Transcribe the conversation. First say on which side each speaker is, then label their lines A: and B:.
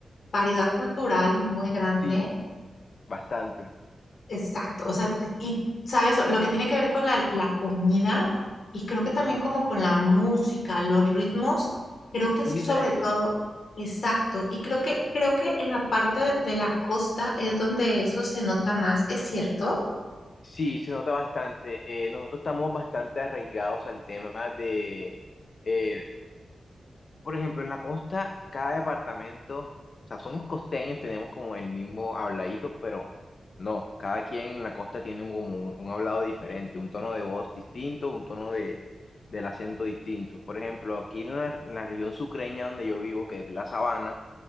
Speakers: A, on the left; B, on the left.
A: variedad cultural muy grande
B: Sí, bastante.
A: Exacto, o sea, y sabes, lo que tiene que ver con la, la comida y creo que también
B: Ujú,
A: como con la música, los ritmos, creo que es
B: Son
A: sobre
B: diferentes.
A: todo, exacto, y creo que, creo que en la parte de la costa es donde eso se nota más, ¿es cierto?
B: Sí, se nota bastante. Eh, nosotros estamos bastante arraigados al tema de, eh, por ejemplo, en la costa, cada departamento, o sea, somos costeños, tenemos como el mismo habladito, pero no, cada quien en la costa tiene un, como un, un hablado diferente, un tono de voz distinto, un tono de, del acento distinto. Por ejemplo, aquí en la, en la región sucreña donde yo vivo, que es la sabana,